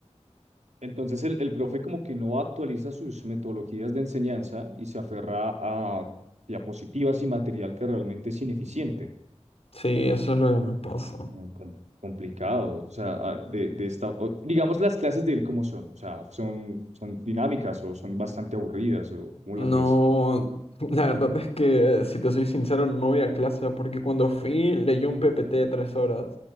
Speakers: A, on the right; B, on the left.
A: Entonces, el, el profe como que no actualiza sus metodologías de enseñanza y se aferra a diapositivas y material que realmente es ineficiente.
B: Sí, eso es lo que me pasa.
A: mm, com- complicado. O sea, ah, de, de esta, o- digamos las clases de él como son. O sea, son, son dinámicas o son bastante aburridas o cómo
B: No,
A: las ves.
B: <laughs> la verdad es que, si te soy sincero, no voy a clase, porque cuando fui leí un PPT de tres horas.